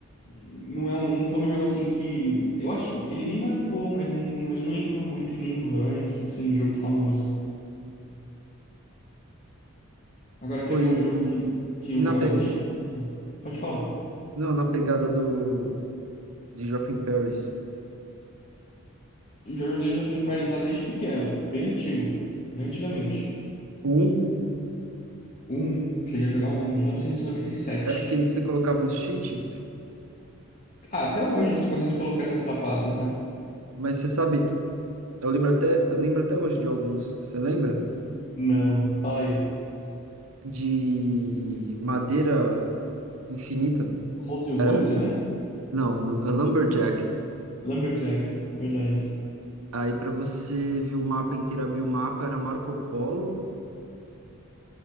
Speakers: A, on the left; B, on the right.
A: não, é um, não foi um jogo assim que. Eu acho. Ele me marcou, mas não, não- ele não entrou muito em nenhum ranking, assim, de jogo famoso. Agora,
B: Foi.
A: quer ver um jogo que, que eu
B: E
A: jogava
B: na, pe...
A: desde pequeno? Pode falar.
B: não, na pegada do. De Geoff in Paris.
A: Eu já joguei Jovem Paralisado desde pequeno, bem antigo, bem antigamente.
B: O 1
A: O 1, cheguei a jogar o 1, 1997.
B: é aquele que você colocava uns cheat.
A: Ah, até hoje você consegue colocar essas trapaças, né?
B: Mas você sabe, eu lembro até, eu lembro até hoje de alguns. Você lembra?
A: Não, fala aí.
B: De madeira infinita.
A: Rosewood,
B: Era,
A: né?
B: não, Lumberjack.
A: Lumberjack, verdade.
B: Aí pra você ver o mapa inteiro, abrir o mapa, era Marco Polo.